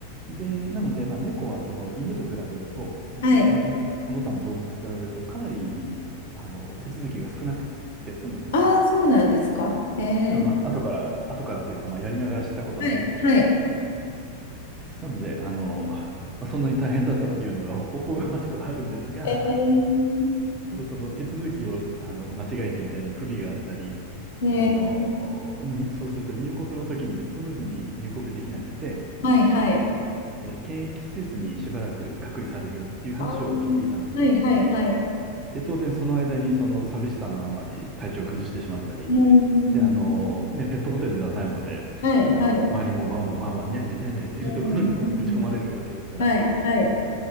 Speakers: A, on the right (about 25°); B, on the left (about 55°).
A: で、なので、まあ、猫はその犬と比べると、いまあ、
B: はい。
A: 犬その他の動物と比べると、かなりあの手続きが少なくて済むんですね。
B: ああ、
A: っ
B: そうなんですか。へえ。
A: ていうのは、まあ、後から、後からというか、まあ、やりながら知ったことなんですけれど。
B: はい、はい。
A: なので、あの、まあ、そんなに大変だったっていうのが <laughs> お、おこがましくはあるんですが、
B: えー、
A: ただその手続きをあの間違えていたり、不備があったり、
B: えー、
A: あの、にそうすると入国の時にスムーズに入国できなくて、
B: はい、はい。
A: で、検疫施設にしばらく隔離されるっていう話を聞いていたんですね。
B: あー、はい、はい、はい。
A: で、当然その間にその寂しさのあまり体調を崩してしまったり、
B: うーん、
A: で、あの、ね、ペットホテルではないので、
B: はい、
A: あの、
B: はい。
A: 周りもワンワンワンワン、ニャーニャーニャーニャー言ってるところにこうぶち込まれるわけですから、
B: えー、うん、はい、はい。